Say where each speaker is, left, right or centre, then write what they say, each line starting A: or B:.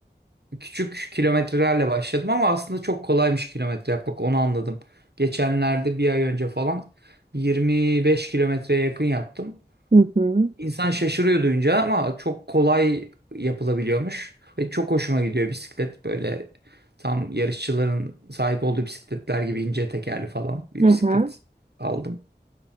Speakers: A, on the right; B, on the right.
A: küçük kilometrelerle başladım ama aslında çok kolaymış kilometre yapmak. Onu anladım. Geçenlerde bir ay önce falan 25 kilometreye yakın yaptım.
B: Hı hı.
A: İnsan şaşırıyor duyunca ama çok kolay yapılabiliyormuş. Ve çok hoşuma gidiyor bisiklet böyle tam yarışçıların sahip olduğu bisikletler gibi ince tekerli falan bir
B: Hı
A: bisiklet
B: hı.
A: aldım.